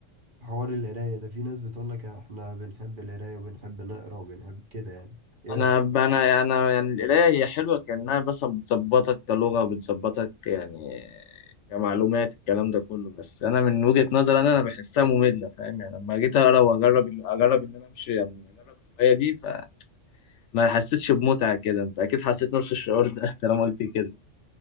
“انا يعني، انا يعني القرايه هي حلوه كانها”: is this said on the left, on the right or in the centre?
Left